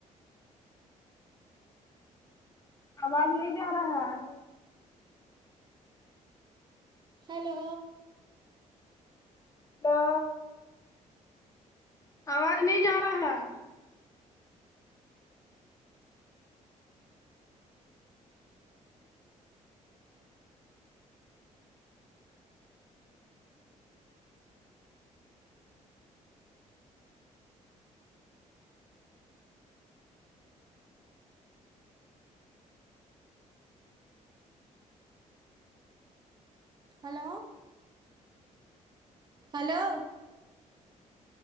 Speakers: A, on the left; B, on the right.
A: آواز نہیں جا رہا ہے
B: ہلو
A: ہلو آواز نہیں جا رہا ہے
B: ہلو ہلو